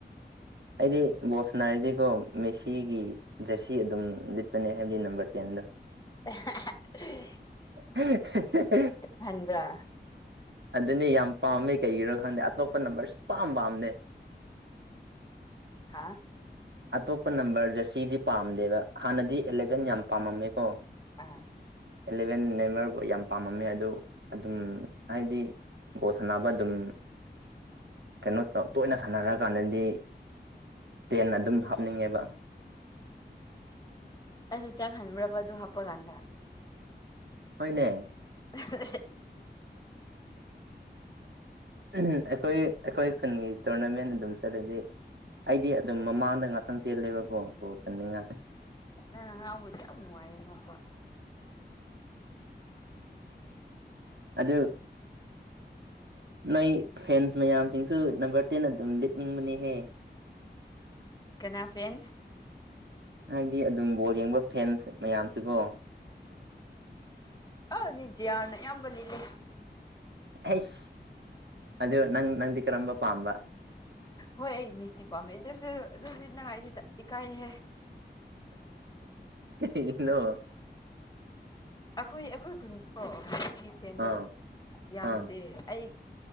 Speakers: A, on the right; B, on the left.
A: ꯑꯩꯗꯤ ꯕꯣꯜ ꯁꯥꯟꯅꯔꯗꯤꯀꯣ ꯃꯦꯁꯤꯒꯤ ꯖꯔꯁꯤ ꯁꯤ ꯑꯗꯨꯝ ꯂꯤꯠꯄꯅꯦ ꯍꯥꯏꯕꯗꯤ ꯅꯝꯕꯔ ꯇꯦꯟꯗꯣ
B: <unintelligible>
A: <unintelligible>
B: ꯈꯟꯕ꯭ꯔ
A: ꯑꯗꯨꯅꯤ ꯌꯥꯝ ꯄꯥꯝꯃꯦ ꯀꯩꯒꯤꯔ ꯈꯪꯗꯦ ꯑꯇꯣꯞꯄ ꯅꯝꯕꯔꯁꯨ ꯄꯥꯝ ꯄꯥꯝꯅꯦ
B: ꯑꯥ
A: ꯑꯇꯣꯞꯄ ꯅꯝꯕꯔ ꯖꯔꯁꯤꯗꯤ ꯄꯥꯝꯗꯦꯕ ꯍꯥꯟꯅꯗꯤ ꯑꯦꯂꯚꯦꯟ ꯌꯥꯝ ꯄꯥꯝꯃꯝꯃꯦꯀꯣ
B: ꯑꯥ
A: ꯑꯦꯂꯚꯦꯟ ꯅꯦꯝꯃꯔꯕꯨ ꯌꯥꯝ ꯄꯥꯝꯃꯝꯃꯦ ꯑꯗꯨ ꯑꯗꯨꯝ ꯍꯥꯏꯗꯤ ꯕꯣꯜ ꯁꯥꯟꯅꯕ ꯗꯨꯝ ꯀꯩꯅꯣ ꯇꯧ ꯇꯣꯏꯅ ꯁꯥꯟꯅꯔꯛ ꯀꯥꯟꯗꯗꯤ ꯇꯦꯟ ꯑꯗꯨꯝ ꯍꯥꯞꯅꯤꯡꯉꯦꯕ
B: ꯑꯗꯣ ꯆꯥꯛ ꯍꯟꯕ꯭ꯔꯕ ꯑꯗꯨ ꯍꯥꯞꯄ ꯀꯥꯟꯗ
A: ꯍꯣꯏꯅꯦ
B: <unintelligible>
A: ꯎꯝ ꯍꯨꯝ ꯑꯩꯈꯣꯏ ꯑꯈꯣꯏ ꯈꯨꯟꯒꯤ ꯇꯣꯔꯅꯥꯃꯦꯟ ꯑꯗꯨꯝ ꯆꯠꯂꯗꯤ ꯑꯩꯗꯤ ꯑꯗꯨꯝ ꯃꯃꯥꯡꯗ ꯉꯥꯛꯇꯪ ꯆꯦꯜꯂꯦꯕꯀꯣ ꯒꯣꯜ ꯆꯟꯅꯤꯡꯉꯥꯏ
B: ꯅꯪꯅ ꯉꯥꯡꯕꯗꯨ ꯌꯥꯝ ꯅꯨꯡꯉꯥꯏꯌꯦ ꯅꯣꯛꯄꯥ
A: ꯑꯗꯨ ꯅꯣꯏ ꯐꯦꯟꯁ ꯃꯌꯥꯝꯁꯤꯡꯁꯨ ꯅꯝꯕꯔ ꯇꯦꯟ ꯑꯗꯨꯝ ꯂꯤꯠꯅꯤꯡꯕꯅꯤꯍꯦ
B: ꯀꯅꯥ ꯐꯦꯟꯁ
A: ꯍꯥꯏꯗꯤ ꯑꯗꯨꯝ ꯕꯣꯜ ꯌꯦꯡꯕ ꯐꯦꯟꯁ ꯃꯌꯥꯝꯁꯤꯀꯣ
B: ꯑ ꯃꯤꯖꯌꯥꯅ ꯌꯥꯝꯕꯂꯤꯗꯦ
A: ꯑꯩꯁ ꯑꯗꯨ ꯅꯪ ꯅꯪꯗꯤ ꯀꯔꯝꯕ ꯄꯥꯝꯕ
B: ꯍꯣꯏ ꯑꯩ ꯃꯦꯁꯤ ꯄꯥꯝꯃꯦ ꯑꯗꯨꯁꯨ ꯑꯗꯨ ꯂꯤꯠꯅꯉꯥꯏꯁꯤ ꯏꯀꯥꯏꯍꯦ
A: ꯀꯩ ꯅ
B: ꯑꯩꯈꯣꯏ ꯑꯩꯈꯣꯏ ꯈꯨꯟꯗꯣ ꯑꯩꯒꯤ ꯐꯦꯟꯗꯣ
A: ꯑꯥ
B: ꯌꯥꯝꯗꯦ
A: ꯑꯥ
B: ꯑꯩ